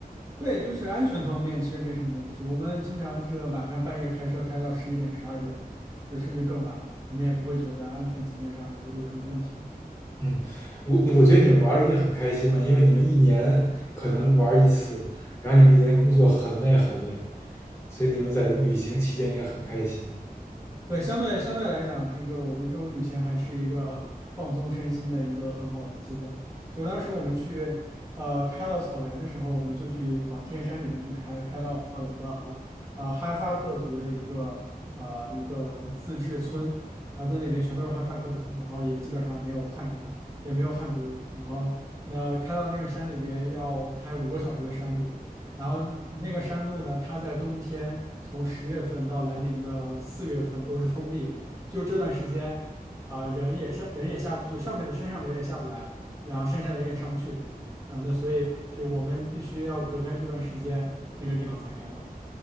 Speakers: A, on the right; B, on the left.
A: 对，就是安全方面其实没什么问题。我们经常这个晚上半夜开车开到十一点、十二点，就甚至更晚，我们也不会觉得安全层面上有有什么问题。
B: 嗯，我我觉得你们玩的一定很开心嘛，因为你们一年可能玩一次，然后你们一年工作很累很累，所以你们在旅行期间应该很开心。
A: 对，相对相对来讲，这个我们这种旅行还是一个放松身心的一个很好的机会。就当时我们去，呃，开到草原的时候，我们就去往天山里面去开，开到。了一个。呃哈萨克族的一个呃一个自治村，然后在那边全都是哈萨克族，然后也基本上没有汉人，也没有汉族人。然后那开到那个山里边要开五个小时的山路，然后那个山路呢，它在冬天从十月份到来年的四月份都是封闭的，就这段时间啊、人也上人也下不就上面的山上的人也下不来，然后山下的人也上不去。啊，那所以就是我们必须要隔开这段时间，那个地方才开放。